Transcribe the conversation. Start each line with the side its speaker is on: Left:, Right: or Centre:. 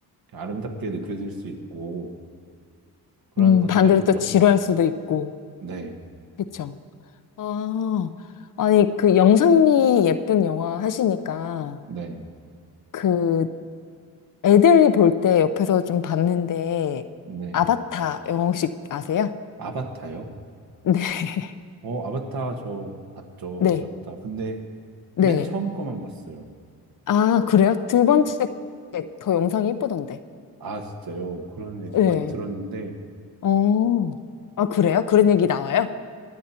Right: 아름답게 느껴질 수 있고, 그런
Left: 음,
Right: 것들이죠.
Left: 반대로 또 지루할 수도 있고.
Right: 네,
Left: 그쵸. 아, 아니, 그 영상미 예쁜 영화 하시니까,
Right: 네,
Left: 그 애들이 볼 때 옆에서 좀 봤는데,
Right: 네.
Left: 아바타 영화 혹시 아세요?
Right: 아바타요?
Left: 네, <laughs>
Right: 어, 아바타 저 봤죠.
Left: 네,
Right: 아바타. 근데
Left: 네.
Right: 맨 처음 거만 봤어요.
Left: 아, 그래요? 두 번째 게더 영상이 예쁘던데.
Right: 아, 진짜요? 그런 얘기
Left: 네.
Right: 많이 들었는데,
Left: 어, 아, 그래요? 그런 얘기 나와요?